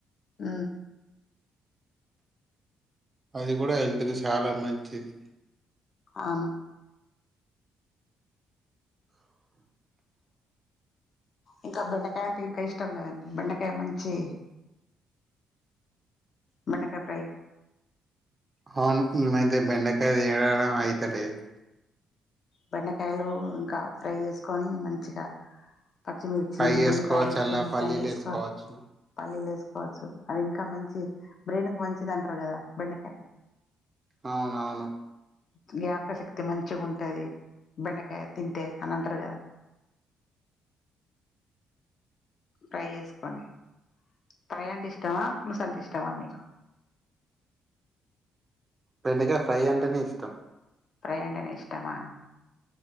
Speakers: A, on the left; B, on the right.
A: ఊ
B: అది కూడా హెల్త్ కి చాలా మంచిది
A: ఆను ఇంకా బెండకాయ అంటే ఇంకా ఇష్టం కదండి బెండకాయ మంచి బెండకాయ ఫ్రై
B: అవును ఈ మధ్య బెండకాయ తీ <unintelligible> డం అయితలేదు
A: బెండకాయలు ఇంకా ఫ్రై చేసుకోని మంచిగా పచ్చిమిర్చి
B: ఫ్రై చేసుకోవచ్చు
A: ఉల్లిపాయలేసుకొని
B: అలా పల్లీలు
A: ఫ్రై చేసుకో
B: వేసుకోవచ్చు
A: పల్లీలేసు కోవచ్చు అది ఇంకా మంచి బ్రెయిన్ కు మంచిదంటారు కదా బెండకాయ
B: అవునవును
A: జ్ఞాపకశక్తి మంచిగుంటాది బెండకాయ తింటే అలాఅంటరు కదా ఫ్రై చేసుకొని కర్రీ అంటే ఇష్టమా, పులుసు అంటే ఇష్టమా మీకు?
B: బెండకాయ ఫ్రై అంటేనే ఇష్టం.
A: ఫ్రై అంటేనే ఇష్టమా.